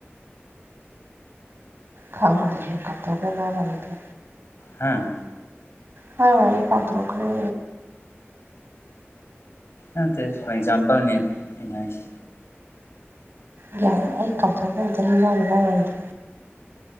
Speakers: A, on the right; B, on the left.
A: ꯈꯪꯗꯔꯦ ꯀꯎꯊꯣꯛꯈꯔꯦ ꯃꯥꯏ ꯋꯥꯔꯤꯗꯣ
B: ꯍꯥꯥ
A: ꯃꯥꯏ ꯋꯥꯔꯤ ꯀꯥꯎ ꯊꯣꯛꯈꯔꯦ
B: ꯅꯠꯇꯦꯗ ꯑꯦꯛꯖꯥꯝꯄꯜꯅꯤꯗ ꯑꯩꯅ ꯍꯥꯏꯖ
A: ꯍꯦ ꯑꯩ ꯀꯥꯎꯞꯊꯣꯛꯈ꯭ꯔꯦ ꯑꯝꯇ ꯂꯤꯔꯛꯑꯣ ꯃꯥꯏ ꯋꯥꯔꯤꯗꯣ